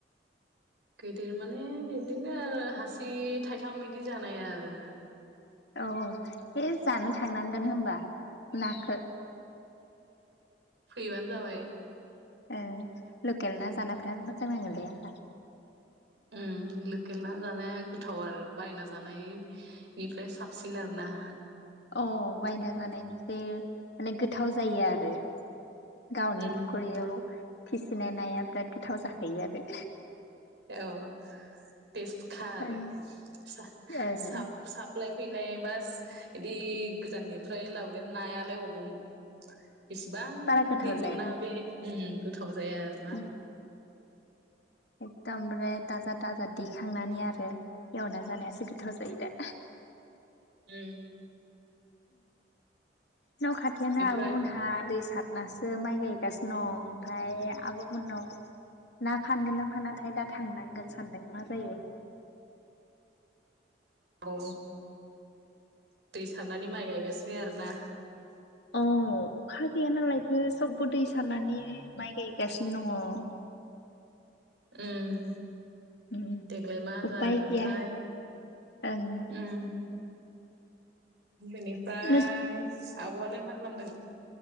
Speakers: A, on the right (about 80°); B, on the left (about 75°).
A: गिदिर माने बिदिनो आरो हासि थाइथाम बिदि जानाय आरो।
B: औ है जानो थांनांगोन होनबा नाखौ।
A: फैबानो जाबाय।
B: ओ लकेल ना जाना बिराद मोजां नाङोलै आहा।
A: उम लकेल ना जानाया गोथाव आरो बायना जानाय निफ्राय साबसिन आरो ना।
B: अ बायना जानायनिफ्राय माने गोथाव जायो आरो। गावनि
A: उम
B: फुख्रियाव फिसिनाय नाया बिराद गोथाव जाखायो आरो।
A: औ तेसखा आरो
B: ओं
A: सा
B: ओं
A: साब साब लायफैनाय बास बिदि गोजाननिफ्राय लाबोनाय नायालाय अबाव बेसेबां
B: बारा गोथाव
A: दैनि ना बे उम गोथाव जाया आरो।
B: ओं एकदमारे थाजा थाजा दिखांनानै आरो। एयावना जानायासो गोथाव जायो दा।
A: ओम।
B: न' खाथियानो
A: बेनिफ्राय
B: आब' मोनहा दै सा नासो माइ गायगासिनो दं ओमफ्राय आब'मोननाव ना फानगोन ना फानाथाय दा थांनांगोन सानदों मा जायो?
A: औ दै सारनानै माइ गायगासिनो आरोना?
B: अ अखा गैया नालायथो सबबो दै सारनानै माइ गायगासिनो दङ।
A: उम।
B: दङ।
A: देग्लाय मा
B: उफाय
A: जागोनथाय!
B: गैया ओं
A: उम बेनिफ्राय
B: नोंस
A: आब'आलाय मा खालामदों?